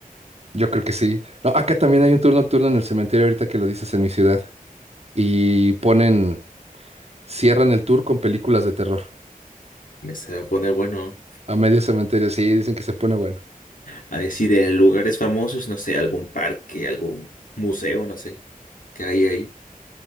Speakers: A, on the right; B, on the left.
A: Yo creo que sí. No, acá también hay un tour nocturno en el cementerio, ahorita que lo dices en mi ciudad. Y ponen, cierran el tour con películas de terror.
B: Me se va a poner bueno
A: A medio cementerio, sí, dicen que se pone bueno.
B: a decir eh, lugares famosos, no sé, algún parque, algún museo, no sé, que hay ahí.